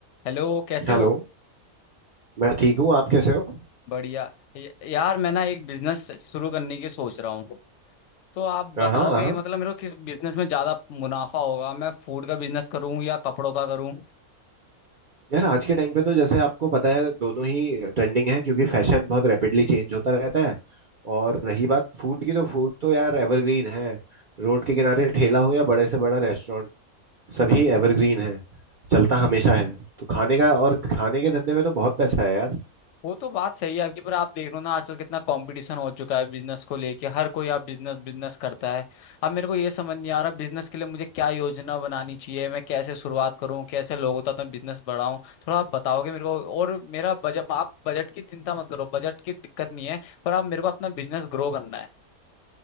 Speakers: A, on the left; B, on the right.
A: Hello कैसे
B: Hello
A: हो
B: मैं ठीक हूँ आप कैसे हो
A: बढ़िया य- यार मैं ना एक बिजनेस शुरू करने की सोच रहा हूँ तो आप
B: हाँ
A: बताओगे
B: हाँ
A: मतलब मेरे को किस बिजनेस में ज्यादा मुनाफा होगा मैं फूड का बिजनेस करूँ या कपड़ों का करूँ
B: यार आज के टाइम पे तो जैसे आपको पता है दोनों ही ट्रेंडिंग है क्योंकि फैशन बहुत रैपिडली चेंज होता रहता है और रही बात फूड की तो फूड तो यार एवरग्रीन है रोड के किनारे ठेला हो या बड़े से बड़ा रेस्टोरेंट सभी एवरग्रीन है चलता हमेशा है तो खाने का और खाने के धंधे में तो बहुत पैसा है यार
A: वो तो बात सही है आपकी पर आप देख लो ना आजकल कितना कंपटीशन हो चुका है बिजनेस को लेके हर कोई आप बिजनेस बिजनेस करता है अब मेरे को ये समझ नहीं आ रहा बिजनेस के लिए मुझे क्या योजना बनानी चाहिए मैं कैसे शुरुआत करूं कैसे लोगों तक मैं बिजनेस बढ़ाऊं थोड़ा आप बताओगे मेरे को और मेरा बजट आप बजट की चिंता मत करो बजट की दिक्कत नहीं है पर आप मेरे को अपना बिजनेस ग्रो करना है